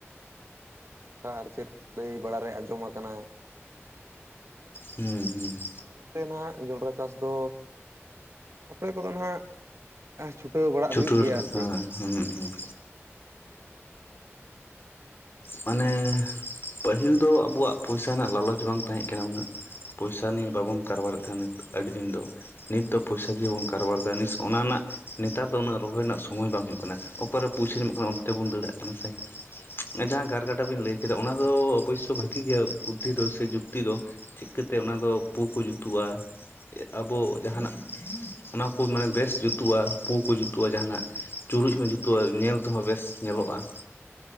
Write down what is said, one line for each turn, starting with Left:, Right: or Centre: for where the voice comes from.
Right: ᱝᱠᱟ ᱟᱨ ᱪᱮᱫ ᱞᱟᱹᱭ ᱵᱟᱲᱟ ᱨᱮ ᱟᱸᱡᱚᱢ ᱟᱠᱟᱱᱟ᱾
Left: ᱦᱩᱸ ᱦᱩᱸ᱾
Right: ᱚᱱᱟᱛᱮ ᱱᱷᱟᱜ ᱡᱚᱸᱰᱨᱟ ᱪᱟᱥ ᱫᱚ᱾ ᱟᱯᱮ ᱠᱚ ᱫᱚ ᱱᱷᱟᱜ᱾ ᱟᱸ ᱪᱷᱩᱴᱟᱹᱣ᱾
Left: ᱪᱷᱩᱴᱩᱨ ᱦᱮᱸ
Right: ᱪᱮᱫ
Left: ᱦᱩᱸ ᱦᱩᱸ᱾
Right: ᱦᱮᱸ
Left: ᱢᱟᱱᱮ ᱯᱟᱹᱦᱤᱞ ᱫᱚ ᱟᱵᱩᱣᱟᱜ ᱯᱚᱭᱥᱟ ᱨᱮᱱᱟᱜ ᱞᱟᱞᱚᱪ ᱵᱟᱝ ᱛᱟᱦᱮᱸᱜ ᱠᱟᱱᱟ ᱩᱱᱟᱹᱜ᱾ ᱯᱚᱭᱥᱟ ᱱᱤᱭᱮ ᱵᱟᱵᱚᱱ ᱠᱟᱨᱵᱟᱨ ᱮᱜ ᱛᱟᱦᱮᱜ ᱟᱹᱰᱤ ᱫᱤᱱ ᱫᱚ᱾ ᱱᱤᱛ ᱫᱚ ᱯᱚᱭᱥᱟ ᱫᱤᱭᱮ ᱵᱚᱱ ᱠᱟᱨᱵᱟᱨ ᱫᱟ ᱱᱤᱥ ᱚᱱᱟ ᱨᱮᱱᱟᱜ ᱱᱮᱛᱟᱨ ᱫᱚ ᱩᱱᱟᱹᱜ ᱨᱚᱦᱚᱭ ᱨᱮᱱᱟᱜ ᱥᱚᱢᱚᱭ ᱵᱟᱝ ᱦᱳᱭᱳᱜ ᱠᱟᱱᱟ ᱚᱠᱟᱨᱮ᱾ ᱯᱩᱭᱥᱟᱹ <unintelligible> <unintelligible> ᱠᱟᱱᱟ ᱚᱱᱛᱮ ᱵᱚᱱ ᱫᱟᱹᱲᱟᱜ ᱠᱟᱱᱟ ᱥᱮ ᱡᱟᱦᱟᱸ ᱜᱟᱨ ᱜᱟᱰᱟ ᱵᱤᱱ ᱞᱟᱹᱭ ᱠᱮᱫᱟ ᱚᱱᱟ ᱫᱚ ᱚᱵᱚᱥ ᱥᱳᱭ ᱵᱷᱟᱹᱜᱤ ᱜᱮᱭᱟ ᱵᱩᱫᱽ ᱫᱷᱤ ᱫᱚ ᱥᱮ ᱡᱩᱠᱛᱤ ᱫᱚ ᱼᱼᱼ ᱪᱤᱠᱟᱹᱛᱮ ᱚᱱᱟ ᱫᱚ ᱯᱩ ᱠᱚ ᱡᱩᱛᱩᱜᱼᱟ ᱟᱵᱚ
Right: ᱦᱮᱸ
Left: ᱡᱟᱦᱟ ᱱᱟᱜ ᱾ ᱚᱱᱟ ᱠᱚ ᱢᱟᱱᱮ ᱵᱮᱥ ᱡᱩᱛᱩᱜᱼᱟ ᱯᱩ ᱠᱚ ᱡᱩᱛᱩᱜᱼᱟ ᱡᱟᱦᱟᱸ ᱱᱟᱜ ᱾ ᱪᱩᱨᱩᱡ ᱦᱚᱸ ᱡᱩᱛᱩᱜᱼᱟ ᱧᱮᱞ ᱛᱮ ᱦᱚᱸ ᱵᱮᱥ ᱧᱮ ᱞᱚᱜᱼᱟ ᱾